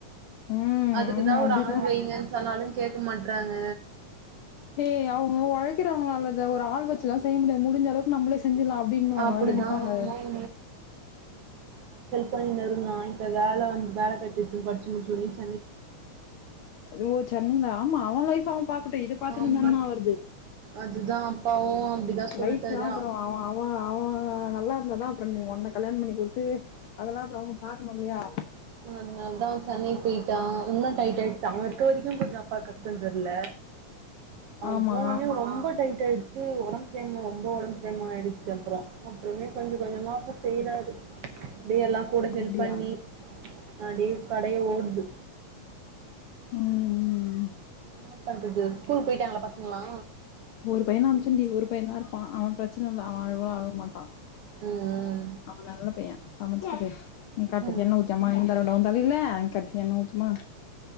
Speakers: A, on the left; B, on the right.
A: ம்
B: அதுக்குதான்
A: ஆமா அப்படிதான்
B: ஒரு ஆள் வைங்கன்னு சொன்னாலும் கேட்க மாட்டறாங்க
A: ஏஹய் அவங்க உழைக்கிறாங்களாலத ஒரு ஆள் வச்சுல்லாம் செய்ய முடியாது முடிஞ்ச அளவுக்கு நம்மளே செஞ்சலாம் அப்படின்னு வாங்கான்
B: அப்டிதா
A: நினைப்பாங்க
B: ஆமா எ பண்ணி ந இருந்தான் இப்ப வேலை வந்து வேலை கிடைச்சி எ படிச்சு முடிச்சவோனே
A: ஓ சென்னையில ஆமா அவன் லைப் அவன் பா இத பார்த்துட்டு
B: ஆமா
A: இருந்தா என்னா வருது
B: அதுதா அப்பாவு அப்டிதா சொல்ட்டாரு
A: லைப் லாம் அவன் நல்லா னான் அப்புறம் நீ உன்னனை கல்யாண பண்ணி குடுத்து அதெல்லாம் அப்புறம் அவங்க பாக்கணும் இல்லையா
B: அதனால தான் சென்னை போயிட்டான் இன்னும் டைட் ஆகிடுச்சு அவ இருக்க வரைக்கும் கொஞ்சம் அப்பாக்கு கஷ்டம் தெரியல அவன்
A: ஆமா
B: போனோனே ரொம்ப டைட் ஆகி க்கு ஒடம்பு செரியாம ரொம்ப ஒடம்பு சரியம ஆயிடிச்சி அப்புறோ அப்புறமே கொஞ்ச கொஞ்சமா அப்புறோ செய்றாரு அப்பிடியே எல்லா கூட ஹெல்ப்
A: அப்படியா
B: பண்ணி அடியே கடைய ஓடுது
A: ம் ம் ம்
B: இன்னா பந்தது ஸ்கூல போயிட்டாங்களா பசங்களலா
A: ஒரு பையன அமைச்சண்டி ஒரு பையதா இருப்பா அவே பிரச்சன இல்ல அவன அழவலா அழமாட்டா
B: ம்
A: அப்ப நல்ல பைய்யே ஆமச்சது காட்டு
B: ம்
A: எண்ணெ ஊத்து அம்மா எண்ணெ தடவட்டு ஓ தலையில கட்டு எண்ணெ ஊத்துமா